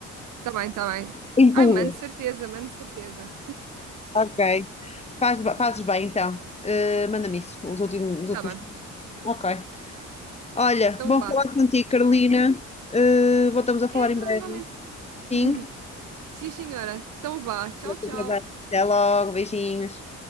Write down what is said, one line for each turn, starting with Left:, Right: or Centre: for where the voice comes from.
Right: Tá bem, tá bem.
Left: Empurras.
Right: Ai, mano, de certeza, mano, de certeza.
Left: Ok, Faz- fazes bem, então. Eh, manda-me isso, os últimos, os últimos.
Right: Tá bem,
Left: Ok. Olha,
Right: então
Left: bom
Right: vá.
Left: falar contigo, Carolina. Eh, voltamos a falar
Right: É verdade,
Left: em breve.
Right: igualmente.
Left: Sim.
Right: <laughs> Sim, senhora. Então vá. Tchau, tchau.
Left: Fica bem. Até logo, beijinhos.